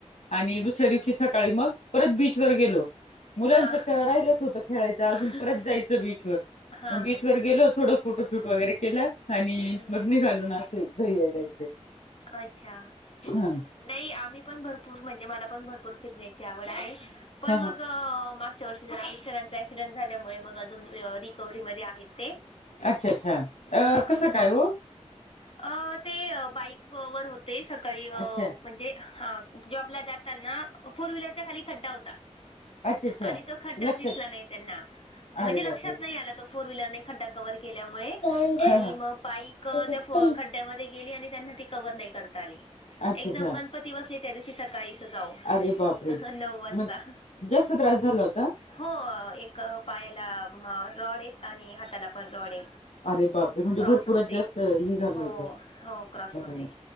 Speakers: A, on the left; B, on the left.
A: आणि दुसऱ्या दिवशी सकाळी मग परत बीच वर गेलो. मुलांचं
B: हा
A: राहिलंच होतं खेळायचं अजून
B: हा
A: परत जायचं बीचवर
B: हा
A: मग बीचवर
B: हम्म
A: गेलो थोडं फोटोशूट वगैरे केल आणि
B: हम्म
A: मग निघालो <unintelligible> घरी यायला.
B: अच्छा.
A: <unintelligible>
B: नाही आम्ही पण भरपूर म्हणजे मला पण भरपूर फिरण्याची आवड आहे. पण
A: हा हा
B: मग मागच्यावर्षी जरा मिस्टरांचा ऍक्सिडेंट झाल्यामुळे मगच अ रिकवरी मध्ये आहेत ते
A: अच्छा अच्छा अ
B: हा
A: कसं
B: मग
A: काय हो
B: अ ते बाईक वर होते सकाळी अ
A: अच्छा
B: म्हणजे जॉबला जाताना फोर व्हीलरचा खाली खड्डा होता
A: अच्छा अच्छा
B: आणि तो खड्डाच
A: लक्षात
B: दिसला नाही त्यांना म्हणजे
A: अरे
B: लक्षात
A: बापरे
B: नाही आला तो फोर व्हीलर नी खड्डा कव्हर केल्यामुळे
A: हा
B: आणि
A: हा
B: मग बाईक
A: अच्छा
B: त्या खड्ड्यामध्ये गेली आणि त्यांना कव्हर करता नाही आली
A: अच्छा
B: एकदम गणपती बसले त्या दिवशी सार काही आवो
A: अरे बापरे
B: नऊ वाजता
A: मग जास्त त्रास झाला होता
B: हो एक पायाला रॉड आणि हाताला पण रॉड आहे.
A: अरे बापरे म्हणजे
B: क्रॉस
A: भरपूरच
B: मध्ये
A: जास्त हे झालं
B: हो
A: होतं
B: हो क्रॉस
A: अरे
B: मध्ये